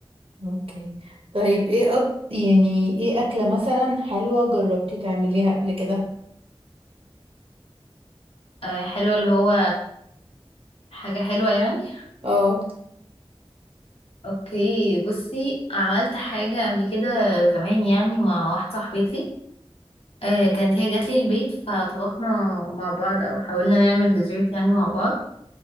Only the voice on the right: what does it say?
اوكي طيب ايه أك... يعني ايه اكلة مثلا حلوة جربتي تعمليها قبل كده
اه